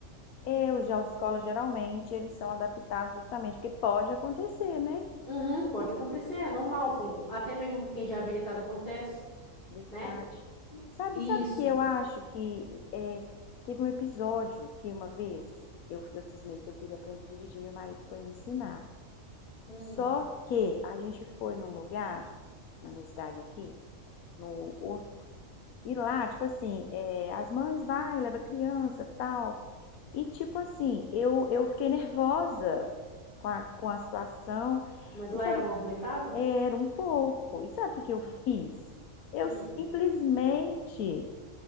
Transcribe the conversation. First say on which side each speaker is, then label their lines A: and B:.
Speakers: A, on the left (about 85°); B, on the left (about 40°).
A: é, os de autoescola geralmente eles são adaptados justamente porque pode acontecer, né?
B: Uhum, pode acontecer, é normal. com-
A: É,
B: com- até mesmo com quem já é habilitado acontece,
A: verdade.
B: né?
A: Sabe,
B: Isso.
A: sabe que eu acho que é, teve um episódio que uma vez eu, eu cismei que eu queria aprender a dirigir, meu marido foi me ensinar.
B: Hum.
A: Só que a gente foi num lugar, na minha cidade aqui, no E lá, tipo assim, é, as mães vai, leva criança, tal. E tipo assim, eu, eu fiquei nervosa com a, com a situação.
B: Mas lá
A: E sabe,
B: era movimentado?
A: que- era um pouco. E sabe o que que eu
B: Hum.
A: fiz? Eu
B: Hum.
A: simplesmente